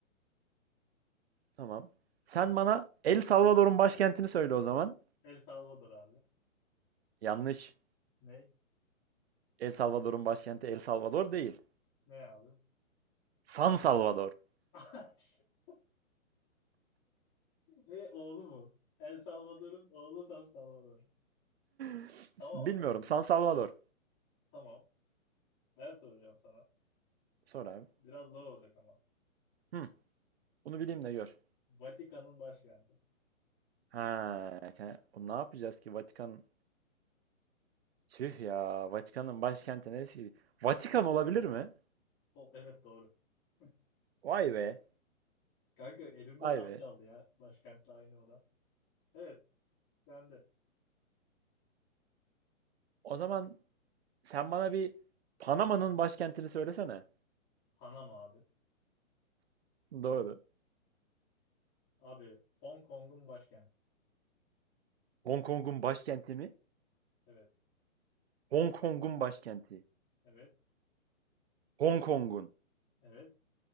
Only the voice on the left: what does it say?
<laughs> El Salvador abi.
Ne?
Ne abi?
<laughs> Ve oğlu mu? El Salvador'un oğlu Sam Salvador.
Tamam
abi.
Tamam. Ben soracağım sana.
Biraz zor olacak ama.
Vatikan'ın başkenti.
O evet doğru. <laughs>
Kanka elimde
az
kaldı ya. Başkentle aynı olan. Evet. Sen de.
Panama abi.
Abi Hong Kong'un başkenti.
Evet.
Evet.
Evet.